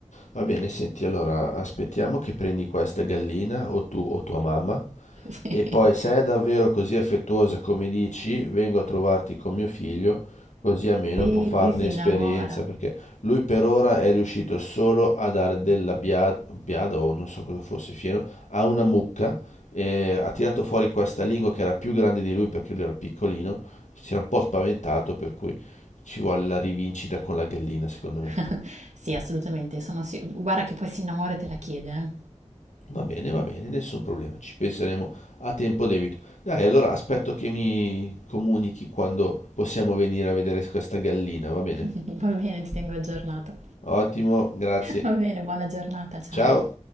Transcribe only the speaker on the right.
<laughs>
Sì,
sì, sì, si
innamora.
<laughs> Sì, assolutamente, sono sì- Guarda che poi si innamora e te la chiede,
eh. <laughs> Va bene, ti tengo aggiornato.
Va bene, buona giornata, ciao.